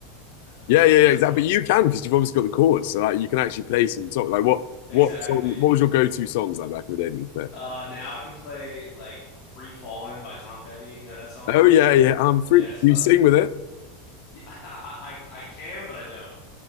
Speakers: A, on the left; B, on the left.
A: <laughs>
B: yeah, yeah,
A: That's
B: yeah, exactly.
A: funny.
B: But you can because you've obviously got the chords, so like you can actually play some song. Like what what
A: Exactly.
B: song? What was your go-to songs like back in the day that you played?
A: Uh, now I can play like Free Fallin' by Tom Petty. You know that song?
B: Oh yeah, yeah, I'm free.
A: Yeah, it's cla
B: You sing with it?
A: <laughs> I, I I can, but I don't.